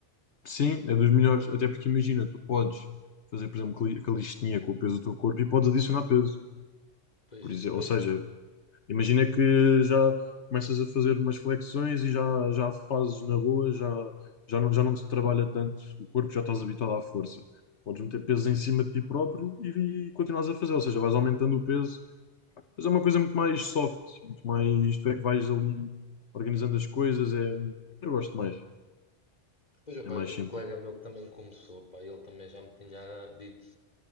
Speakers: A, on the left; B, on the left.
A: sim, é dos melhores, até porque imagina, tu podes fazer, por exemplo, cali- calistenia com o peso do teu corpo e podes adicionar peso.
B: Pois,
A: Por exemplo,
B: pois,
A: ou seja, Imagina que já começas a fazer umas flexões e já, já fazes na boa, já, já, não, já não te trabalha tanto o corpo, já estás habituado à força. Podes meter peso em cima de ti próprio e, e continuas a fazer, ou seja, vais aumentando o peso, mas é uma coisa muito mais soft, muito mais, isto é que vais ali organizando as coisas, é, eu gosto mais,
B: pois, opá,
A: é mais
B: eu tenho
A: simples.
B: um colega meu que também começou, pá, ele também já me tinha dito